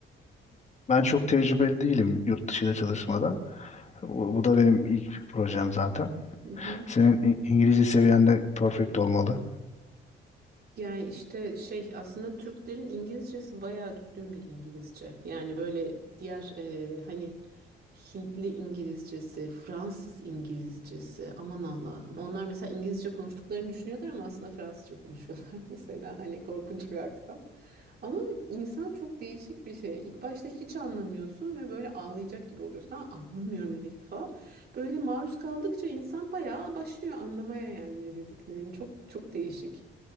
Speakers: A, on the left; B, on the right.
A: Ben çok tecrübeli değilim yurt dışında çalışmada. Bu, bu da benim ilk projem zaten.
B: Mhm.
A: Senin İ- İngilizce seviyen de perfect olmalı.
B: Yani işte şey aslında Türklerin İngilizcesi bayağı düzgün bir İngilizce. Yani böyle diğer e, hani Hintli İngilizcesi, Fransız İngilizcesi aman Allah'ım. Onlar mesela İngilizce konuştuklarını düşünüyorlar ama aslında Fransızca konuşuyorlar <laughs> mesela hani korkunç bir aksan. Ama insan çok değişik bir şey. İlk başta hiç anlamıyorsun ve böyle ağlayacak gibi oluyorsun. Ha, anlamıyorum ne dedik falan. Böyle maruz kaldıkça insan bayağı başlıyor anlamaya yani ne dediklerini. Çok çok değişik.